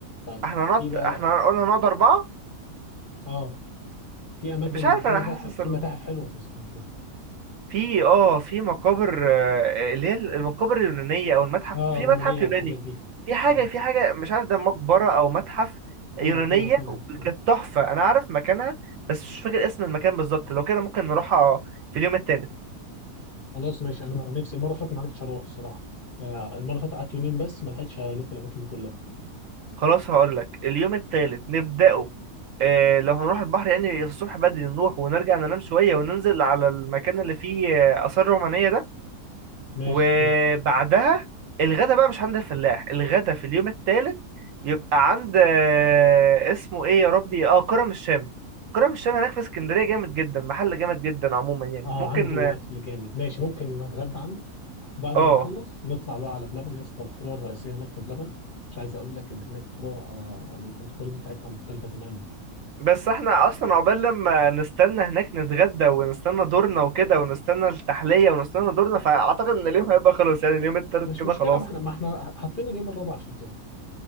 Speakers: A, on the left; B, on the right.
A: طيب
B: احنا هنقعد
A: في بقى
B: احنا قلنا هنقعد أربعة
A: اه في اماكن
B: مش عارف
A: في
B: أنا
A: متاحف
B: حاسس
A: في متاحف حلوه في اسكندريه
B: في اه في مقابر آه، اللي هي المقابر اليونانية او المتحف
A: اه
B: في
A: الرومانيه
B: متحف يوناني
A: والحاجات دي
B: في حاجة
A: اه,
B: في حاجة مش عارف ده مقبرة او متحف
A: آه
B: يونانية
A: في مكان هناك حلو.
B: كانت تحفة انا عارف مكانها بس مش فاكر اسم المكان بالظبط لو كده ممكن نروحها في اليوم التالت
A: خلاص ماشي انا نفسي المره اللي فاتت ما عرفتش اروح الصراحه آه المره اللي فاتت قعدت يومين بس ما لحقتش الف الاماكن دي كلها
B: خلاص هقول لك اليوم التالت نبدأه آه، لو هنروح البحر يعني الصبح بدري نروح ونرجع ننام شوية وننزل على المكان اللي فيه آه، آثار رومانية ده
A: ماشي
B: وبعدها
A: حلو.
B: الغدا بقى مش عند الفلاح الغدا في اليوم الثالث يبقى عند آه، اسمه ايه يا ربي اه كرم الشام كرم الشام هناك في اسكندرية جامد جدا محل جامد جدا عموما يعني
A: اه
B: ممكن
A: عنده اكل جامد ماشي ممكن نتغدى عنده بعد
B: اه
A: ما نخلص نطلع بقى على بلبن يا اسطى الفروع الرئيسيه هناك في بلبن مش عايز اقول لك ان هناك فروع آه، الكواليتي بتاعتها مختلفه تماما
B: بس احنا اصلا عقبال لما نستنى هناك نتغدى ونستنى دورنا وكده ونستنى التحلية ونستنى دورنا فاعتقد ان اليوم هيبقى خلاص يعني اليوم التالت
A: مش
B: كده
A: مشكله
B: خلاص
A: ما احنا
B: يعني.
A: ما احنا حاطين اليوم الرابع عشان كده